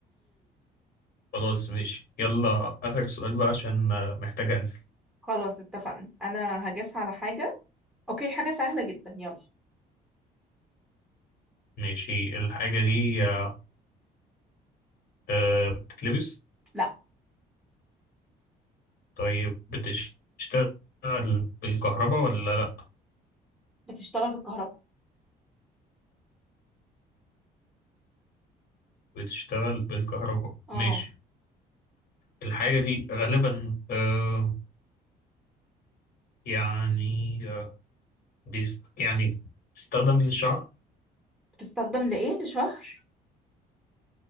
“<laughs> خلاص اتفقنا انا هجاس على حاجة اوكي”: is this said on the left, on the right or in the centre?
Centre